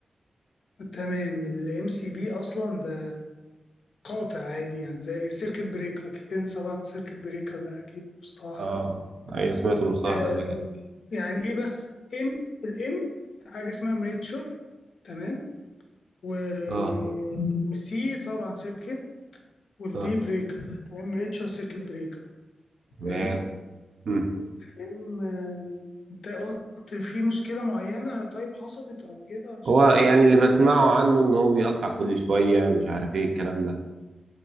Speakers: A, on the left (about 80°); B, on the right (about 65°).
A: تمام الام سي بي اصلا ده قاطع عادي يعني زي السيركت بريكر اكيد انت سمعت سيركت بريكر ده اكيد المصطلح
B: اه
A: ده
B: ايوه سمعت المصطلح
A: آه،
B: ده قبل كده
A: يعني ايه بس ام الام حاجه اسمها مريتشر تمام وسي
B: اه
A: طبعا سيركت والبي
B: اه
A: بريكر تمام مريتشر سيركت بريكر
B: تمام
A: فاهم
B: مم.
A: ام آه، انت قلت في مشكله معينه طيب حصلت او كده عشان
B: هو يعني اللي بسمعه عنه ان هو بيقطع كل شويه مش عارف ايه الكلام ده